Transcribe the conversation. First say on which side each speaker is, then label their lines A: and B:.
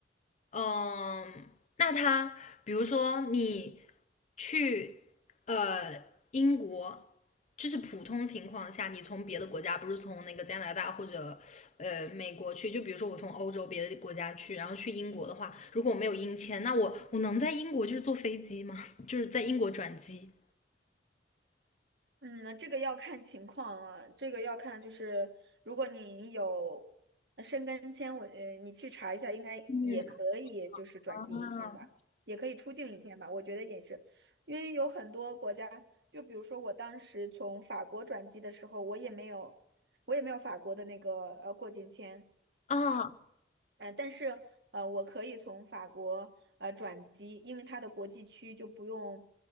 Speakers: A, on the left; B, on the right.
A: 嗯，那他比如说你去呃英国，就是普通情况下，你从别的国家，不是从那个加拿大或者呃美国去，就比如说我从欧洲别的国家去，然后去英国的话，如果我没有英签，那我我能在英国就是坐飞机吗？<laughs> 就是在英国转机？
B: 嗯，这个要看情况啊，这个要看就是，如果你有呃申根签，我呃，你去查一下，应该也可以，
A: 嗯
B: 就是转机一天吧，
A: 啊
B: 也可以出境一天吧，我觉得也是，因为有很多国家，就比如说我当时从法国转机的时候，我也没有，我也没有法国的那个呃过境签，
A: 啊
B: 呃，但是呃，我可以从法国呃转机，因为它的国际区就不用，